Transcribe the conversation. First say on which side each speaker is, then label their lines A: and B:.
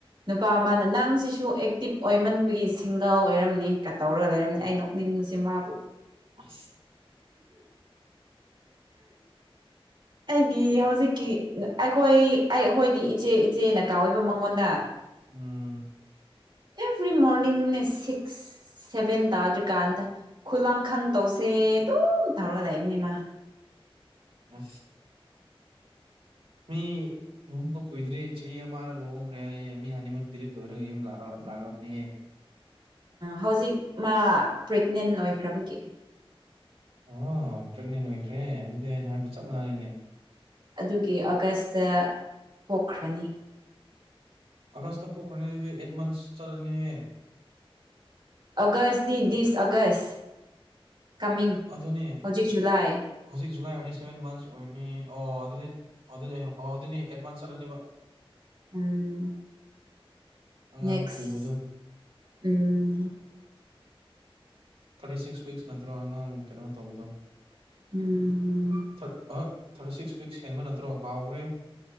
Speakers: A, on the right; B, on the right.
A: ꯅꯨꯄꯥ ꯃꯥꯅ ꯅꯪꯁꯤꯁꯨ ꯑꯦꯛꯇꯤꯞ ꯑꯣꯏꯃꯟꯕꯒꯤ ꯁꯤꯡꯒꯔ ꯑꯣꯏꯔꯝꯅꯤꯒ ꯇꯧꯔꯒ ꯂꯩꯔꯝꯅꯤ ꯑꯩ ꯅꯣꯛꯅꯤꯡꯕꯕꯁꯤ ꯃꯥꯄꯨ
B: ꯎꯝ
A: ꯑꯩꯒꯤ ꯍꯧꯖꯤꯛꯀꯤ ꯑꯩꯈꯣꯏ ꯑꯩ ꯑꯩꯈꯣꯏꯗꯤ ꯏꯆꯦ ꯏꯆꯦ ꯅꯀꯥ ꯑꯣꯏꯕ ꯃꯉꯣꯟꯗ
B: ꯎꯝ
A: ꯑꯦꯚ꯭ꯔꯤ ꯃꯣꯔꯅꯤꯡꯅꯦ ꯁꯤꯛꯁ ꯁꯚꯦꯟ ꯇꯥꯗ꯭ꯔꯤꯀꯥꯟꯗ ꯈꯨꯂꯪꯈꯪ ꯇꯧꯁꯦ ꯑꯗꯨꯝ ꯇꯧꯔꯒ ꯂꯩꯏꯕꯅꯦ ꯃꯥ
B: ꯑ ꯃꯤ ꯂꯨꯍꯣꯡꯕ ꯀꯨꯏꯗ꯭ꯔꯦ ꯆꯍꯤ ꯑꯃꯅ ꯂꯨꯍꯣꯡꯈ꯭ꯔꯦ ꯍꯥꯏꯌꯦꯦ ꯃꯤ ꯍꯅꯤꯃꯨꯟ ꯄꯤꯔꯤꯠ ꯂꯣꯏꯔꯒ ꯌꯨꯝ ꯂꯥꯛꯑꯕꯅꯤꯍ
A: ꯍꯧꯖꯤꯛ ꯃꯥ ꯄ꯭ꯔꯦꯒꯅꯦꯟ ꯑꯣꯏꯈ꯭ꯔꯕꯒꯤ
B: ꯑꯣ ꯄ꯭ꯔꯦꯒꯅꯦꯟ ꯑꯣꯏꯈ꯭ꯔꯦ ꯑꯗꯨꯗꯤ ꯑꯩꯅ ꯍꯥꯏꯕ ꯆꯞ ꯃꯥꯟꯅꯅꯅꯦ
A: ꯑꯗꯨꯒꯤ ꯑꯣꯒꯁꯇ ꯄꯣꯛꯈ꯭ꯔꯅꯤ
B: ꯑꯀꯥꯁꯇ ꯄꯣꯈꯣꯔꯅꯤ ꯑꯦꯠꯚꯥꯟꯁ ꯆꯂꯅꯤꯍꯦ
A: ꯑꯣꯒꯁ ꯗꯦ ꯗꯤꯁ ꯑꯒꯁ ꯀꯃꯤꯡ
B: ꯑꯗꯨꯅꯤ
A: ꯍꯧꯖꯤꯛ ꯖꯨꯂꯥꯏ
B: ꯍꯧꯖꯤꯛ ꯖꯨꯂꯥꯏ ꯑꯣꯏꯔꯗꯤ ꯁꯚꯦꯟ ꯃꯟꯁ ꯑꯣꯏꯔꯅꯤ ꯑꯣ ꯑꯗꯨꯗꯤ ꯑꯗꯨꯗꯤ ꯑꯣ ꯑꯗꯨꯅꯤ ꯑꯦꯗꯚꯥꯟꯁ ꯆꯠꯂꯅꯤꯕ
A: ꯎꯝ
B: ꯑꯉꯥꯡ
A: ꯅꯦꯛꯁ
B: ꯄꯨꯕꯗꯣ
A: ꯎꯝ
B: ꯊꯥꯔꯇꯤ ꯁꯤꯛꯁ ꯋꯤꯛꯁ ꯅꯠꯇ꯭ꯔꯣ ꯑꯉꯥꯡ ꯀꯩꯅꯣ ꯇꯧꯕꯗꯣ
A: ꯎꯝ
B: ꯊ꯭ꯔꯠ ꯑ ꯊꯥꯔꯇꯤ ꯁꯤꯛꯁ ꯋꯤꯛꯁ ꯍꯦꯟꯕ ꯅꯠꯇ꯭ꯔꯣ ꯀꯥꯎꯈ꯭ꯔꯦ